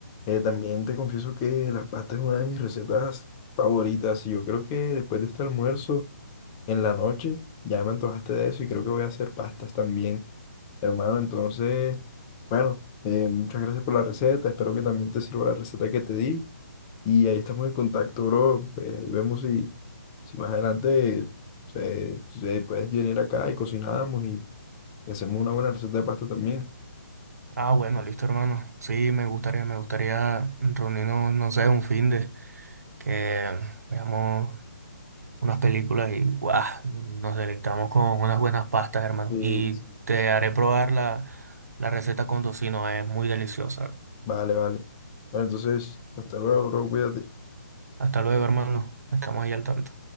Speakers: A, on the left (about 20°); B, on the right (about 60°).
A: eh, también te confieso que las pastas es una de mis recetas favoritas y yo creo que después de este almuerzo, en la noche, ya me antojaste de eso y creo que voy a hacer pastas también, hermano. Entonces, bueno, eh, muchas gracias por la receta, espero que también te sirva la receta que te di y ahí estamos en contacto, bro. Pues ahí vemos si, si más adelante se, se puedes venir acá y cocinamos y, y hacemos una buena receta de pasta también.
B: Ah, bueno, listo, hermano. Sí, me gustaría, me gustaría reunirnos, no sé, un fin de que veamos unas películas y guau, nos deleitamos con unas buenas pastas, hermano.
A: Sí,
B: Y te haré probar la, la receta con tocino, es muy deliciosa.
A: Vale, vale. Bueno, entonces, hasta luego, bro, cuídate.
B: Hasta luego, hermano. Estamos ahí al tanto.